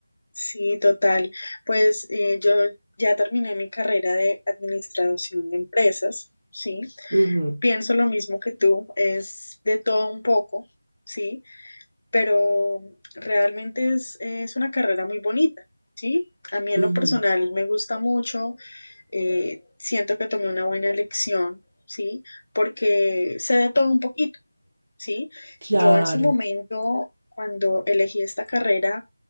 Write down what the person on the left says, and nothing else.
sí, total. Pues eh, yo ya terminé mi carrera de administración de empresas, ¿sí?
Pienso lo mismo que tú, es de todo un poco, ¿sí? pero realmente es, es una carrera muy bonita, ¿sí? A mí en
lo personal me gusta mucho, eh, siento que tomé una buena elección, ¿sí? Porque sé de todo un poquito. ¿sí?
Yo en su momento, cuando elegí esta carrera,